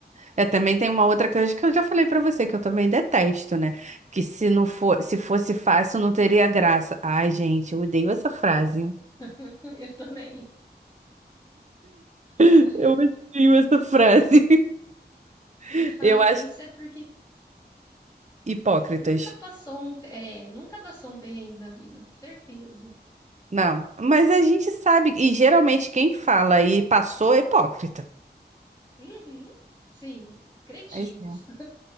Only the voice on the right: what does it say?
É, também tem uma outra coisa que eu já falei pra você, que eu também detesto, né? Que se não for, se fosse fácil, não teria graça. Ai, gente, eu odeio essa frase.
<laughs>
Eu odeio essa frase.
<laughs>
Eu acho
Hipócritas.
Não, mas a gente sabe, e geralmente quem fala e passou é hipócrita.
Pois é.